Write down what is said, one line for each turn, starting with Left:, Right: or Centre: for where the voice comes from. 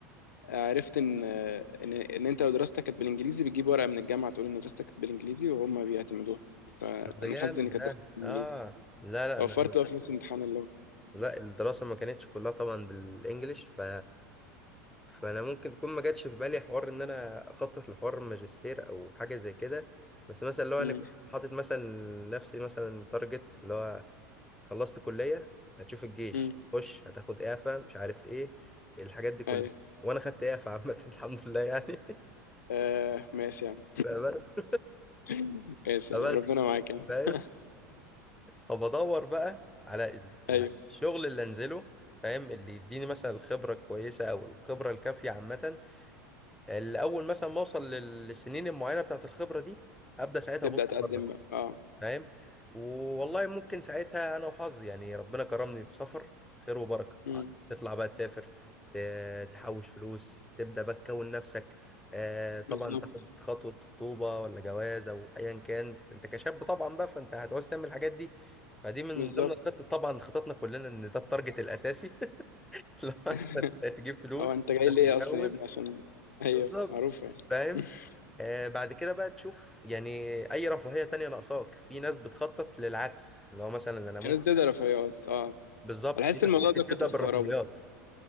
Left: عرفت ان ان ان انت لو دراستك كانت بالانجليزي بتجيب ورقه من الجامعه تقول ان دراستك كانت بالانجليزي وهم بيعتمدوها فانا
Centre: طب ده جامد
Left: حظي ان كانت
Centre: ده
Left: دراستي بالانجليزي
Centre: اه لا لا
Left: وفرت
Centre: انا
Left: بقى فلوس امتحان اللغه
Centre: لا الدراسه ما كانتش كلها طبعا بالانجلش ف... فانا ممكن تكون ما جاتش في بالي حوار ان انا اخطط لحوار ماجستير او حاجه زي كده بس مثلا لو
Left: امم
Centre: انا كنت حاطط مثلا نفسي مثلا تارجت اللي هو خلصت كليه هتشوف الجيش
Left: امم
Centre: خش هتاخد اعفاء مش عارف ايه الحاجات دي كلها
Left: ايوه
Centre: وانا خدت اعفاء عامه <laughs> الحمد لله يعني
Left: آه ماشي يا عم
Centre: <laughs> فبس
Left: <laughs> ماشي
Centre: فبس
Left: يا عم ربنا معاك يا عم
Centre: فاهم فبدور بقى على ال- ال-
Left: ايوه
Centre: الشغل اللي انزله فاهم اللي يديني مثلا الخبرة الكويسة او الخبرة الكافية عامة اللي اول مثلا ما اوصل لل- للسنين المعينة بتاعت الخبرة دي ابدا ساعتها
Left: تبدا
Centre: ابص
Left: تقدم
Centre: بره
Left: بقى اه
Centre: فاهم والله ممكن ساعتها انا وحظي يعني ربنا كرمني بسفر خير وبركه
Left: امم
Centre: آه، تطلع بقى تسافر ت- تحوش فلوس تبدا بقى تكون نفسك آه طبعا
Left: بالظبط
Centre: تاخد خطوه خطوبه ولا جواز او ايا كان انت كشاب طبعا بقى فانت هتعوز تعمل الحاجات دي فدي من
Left: بالظبط
Centre: ضمن الخطط طبعا خططنا كلنا ان ده التارجت الاساسي <laughs> لو
Left: <laughs>
Centre: انت تجيب فلوس
Left: هو انت جاي
Centre: عشان
Left: ليه
Centre: تتجوز
Left: اصلا يا ابني عشان
Centre: بالظبط
Left: ايوه معروف يعني
Centre: فاهم
Left: <laughs>
Centre: آه، بعد كده بقى تشوف يعني اي رفاهية تانية ناقصاك في ناس بتخطط للعكس اللي هو مثلا انا ممكن
Left: في ناس بتبدا رفيعات اه
Centre: بالظبط
Left: انا
Centre: في
Left: حاسس
Centre: ناس
Left: الموضوع
Centre: ممكن
Left: ده
Centre: تبدأ
Left: كنت بستغربه
Centre: بالرفاهيات